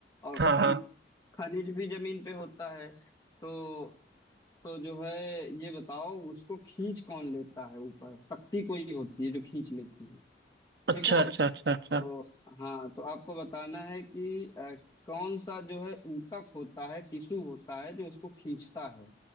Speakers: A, on the left (about 20°); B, on the right (about 65°).
A: और
B: हाँ
A: खन
B: हाँ
A: खनिज भी जमीन पे होता है तो तो जो है ये बताओ उसको खींच कौन लेता है ऊपर शक्ति कोई होती है जो खींच लेती है
B: अच्छा
A: ठीक है
B: अच्छा अच्छा अच्छा
A: तो हाँ तो आपको बताना है कि अ, कौन सा जो है ऊतक होता है टिश्यू होता है जो उसको खींचता है